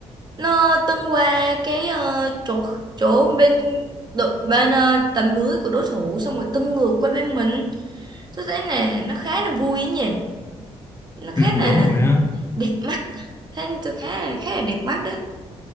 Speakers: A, on the right (about 35°); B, on the left (about 20°).
A: nó tung qua cái ờ, chỗ chỗ bên đội- bên ờ, tầm lưới của đối thủ xong rồi tung ngược qua bên mình tôi thấy là nó khá là vui ấy nhỉ nó
B: ừ,
A: khá là
B: đúng rồi á
A: đẹp mắt thấy tôi khá là khá là đẹp mắt đấy